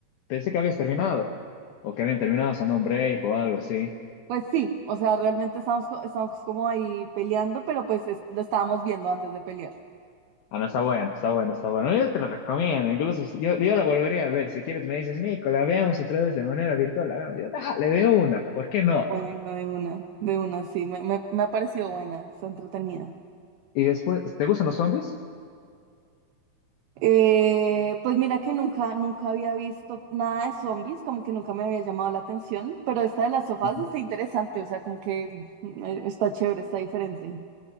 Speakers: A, on the left (about 80°); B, on the right (about 80°).
A: pensé que habías terminado, o que habían terminado haciendo un break o algo así.
B: Pues sí, o sea, realmente estamos, co- estamos como ahí peleando, pero pues es- lo estábamos viendo antes de pelear.
A: Ah, no, está bueno, está bueno, está bueno. Yo te lo recomiendo, incluso si- yo, yo la volvería a ver. Si quieres, me dices, Nico, la veamos otra vez de manera virtual. La veamos. Yo, dale, de una, ¿por qué no?
B: Bueno, de una, de una, sí, me, me, me ha parecido buena, está entretenida.
A: Y después, ¿te gustan los zombies?
B: Eh, pues mira que nunca, nunca había visto nada de zombies, como que nunca me había llamado la atención, pero esta de las sofás
A: Ujú.
B: está interesante, o sea, como que eh, está chévere, está diferente.